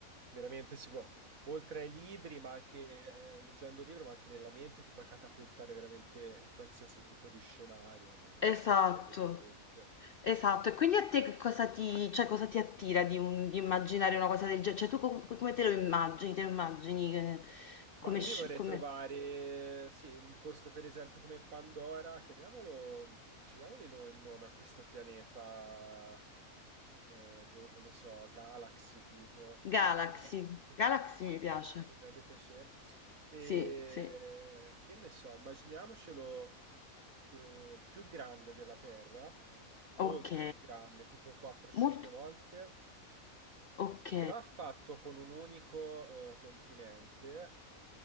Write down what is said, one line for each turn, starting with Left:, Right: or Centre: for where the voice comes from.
Right: veramente si può, oltre ai libri, ma anche eh, leggendo il libro, ma anche nella mente, ti puoi catapultare veramente in qualsiasi tipo di scenario, cioè, che,
Left: Esatto,
Right: che ti viene in mente.
Left: esatto. E quindi a te che cosa ti, cioè, cosa ti attira di, un- di immaginare una cosa del genere? Cioè, tu com- come te lo immagini? Te lo immagini eh, come,
Right: Ma io
Left: sci-
Right: mi vorrei
Left: come-
Right: trovare, sì, in un posto per esempio come Pandora, chiamiamolo, scegliamoli noi un nome a questo pianeta, eh, boh, che ne so, Galaxy tipo,
Left: Galaxy?
Right: come ce l'ho? Mi
Left: Galaxy mi piace.
Right: Potrebbe piacere. E
Left: Sì, sì.
Right: che ne so, immaginiamocelo eh, più grande della Terra, molto
Left: Ok.
Right: più grande, tipo 4-5
Left: Molto.
Right: volte,
Left: Ok.
Right: però fatto con un unico eh, continente.